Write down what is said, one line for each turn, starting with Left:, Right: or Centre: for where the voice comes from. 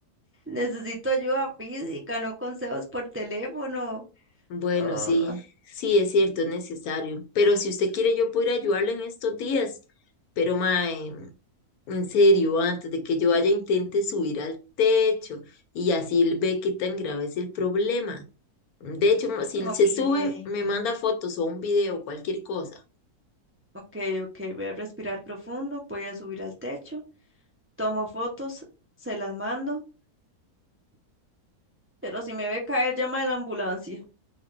Right: Necesito ayuda física, no consejos por teléfono.
Left: Bueno,
Right: Oh,
Left: sí, sí es cierto, es necesario. Pero si usted quiere, yo puedo ir a ayudarle en estos días. Pero, mae, en serio, antes de que yo vaya, intente subir al techo y así él ve qué tan grave es el problema. De hecho, ma- si
Right: ok,
Left: se sube, me manda fotos o un video, cualquier cosa.
Right: ok, ok. Voy a respirar profundo, voy a subir al techo, tomo fotos, se las mando, pero si me ve caer, llama a la ambulancia.